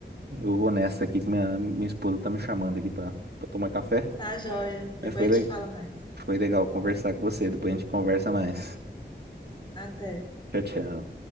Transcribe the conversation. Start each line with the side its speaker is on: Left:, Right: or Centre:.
Right: eu vou nessa aqui que minha, minha esposa tá me chamando aqui pra, pra tomar café.
Left: Tá, joia. Depois
Right: Mas Foi, le-
Left: a gente fala mais.
Right: foi legal conversar com você. Depois a gente conversa mais.
Left: Até.
Right: Tchau, tchau.